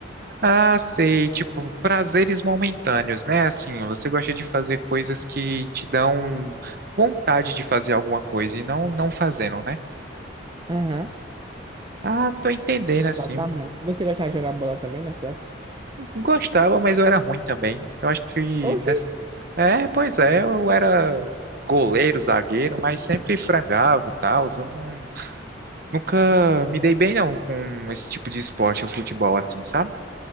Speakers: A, on the right; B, on the right.
A: Ah, sei, tipo, prazeres momentâneos, né? Assim, você gosta de fazer coisas que te dão vontade de fazer alguma coisa e não não fazendo, né?
B: Aham.
A: Ah, tô entendendo, assim.
B: Exatamente. Você gostava de jogar bola também na sua época?
A: Gostava, mas eu era ruim também. Eu acho que
B: Oxi!
A: nessa... É, pois é, eu era goleiro, zagueiro, mas sempre frangava e tal. Eu não- nunca me dei bem não com esse tipo de esporte, o futebol assim, sabe?